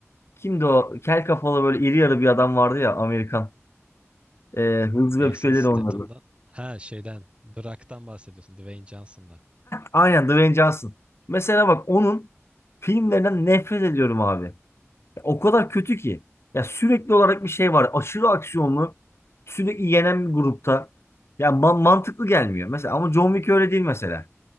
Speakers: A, on the left (about 55°); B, on the right (about 20°).
A: Kimdi o? Kel kafalı böyle iri yarı bir adam vardı ya Amerikan. Ee, Hızlı
B: Jason
A: ve Öfkelileri
B: Statham'dan
A: oynadı.
B: ha şeyden Brock'tan bahsediyorsun Dwayne Johnson'dan.
A: Aynen Dwayne Johnson. Mesela bak onun filmlerinden nefret ediyorum abi. Ya o kadar kötü ki. Ya sürekli olarak bir şey var. Aşırı aksiyonlu. Sürekli yenen bir grupta. Ya ma- mantıklı gelmiyor. Mesela ama John Wick öyle değil mesela.